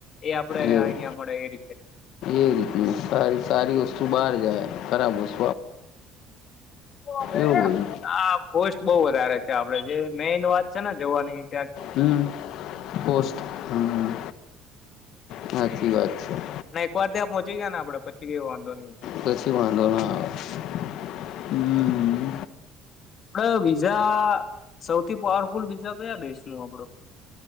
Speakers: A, on the left; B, on the left.
A: એ આપડે
B: એવું
A: અહંયા મળે એ ર
B: એ રીત સારી સારી વસ્તુ બહાર જાય ખરાબ છે
A: હવે
B: એવું બધું
A: આ પોસ્ટ બહ વધારે છે આપડે જે મેન વાત છે ને જોવા નહી
B: હમ પોસ્ટસ્ટ હમ સાાચી વાત છે
A: ના એક વાર ત્યાં પહોંચ ગયા ને આપડ પછી એવો વાંધો નહીં
B: પછી વાંધો ના આવે હમ
A: પણ બીજા સૌથી પાવરફુલ બીજા કયા દેશ ન આપડો